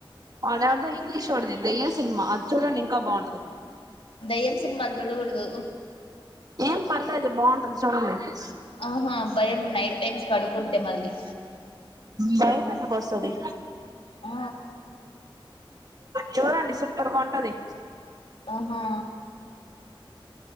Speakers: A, on the right; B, on the left.
A: అద ఆడద ఇంగ్లీష్ ఆడది దయ్యం సినిమా అది చూడండి ఇంకా బాగుంటది
B: దయ్యం సినిమాలు చూడకూడదు
A: ఏం పర్లేదుదు బాగుంటుంది చూడండి
B: ఆహా భయం నైట్ టైమ్స్ పడుకుంటే మళ్ళీ
A: బయ వస్తుంది
B: ఆ
A: చూడండి సూపర్గా ఉంటది
B: ఆహా